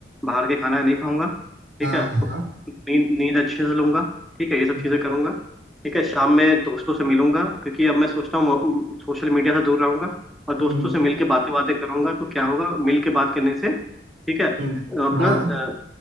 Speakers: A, in the centre; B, on the right.
A: बाहर के खाना नहीं खाऊंगा ठीक
B: हाँ
A: है
B: हाँ
A: तो नींद नींद अच्छे से लूंगा ठीक है ये सब
B: हम्म
A: चीजें करूंगा ठीक है शाम में दोस्तों से मिलूंगा क्योंकि अब मैं सोचता हूँ सोशल मीडिया से दूर रहूंगा और दोस्तों
B: हम्म
A: से
B: हम्म
A: मिल के बातें बातें करूंगा तो क्या होगा मिल के बात करने से ठीक है
B: हम्म,
A: अपना
B: हाँ
A: अ,